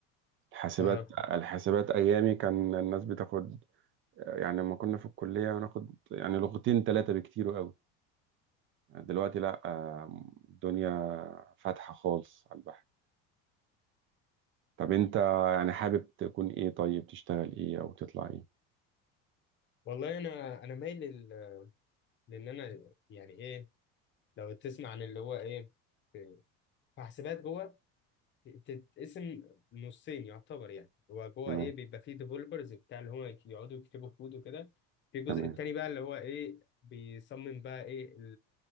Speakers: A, on the right; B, on the left.
A: الحاسبات
B: اه
A: الحاسبات أيامي كان الناس بتاخد يعني لما كنا في الكلية بناخد يعني لغتين ثلاثة بكتير قوي دلوقتي لا آم، الدنيا فاتحة خالص على البحر طب أنت يعني حابب تكون إيه طيب تشتغل إيه أو تطلع إيه
B: والله انا انا مايل لل... لان انا يعني ايه لو تسمع عن اللي هو ايه في في حاسبات جوه تتقسم نصين يعتبر يعني هو جوه
A: تمام
B: ايه بيبقى فيه ديفلوبرز بتاع اللي هم يقعدوا يكتبوا كود وكده في الجزء
A: تمام
B: التاني بقى اللي هو ايه بيصمم بقى ايه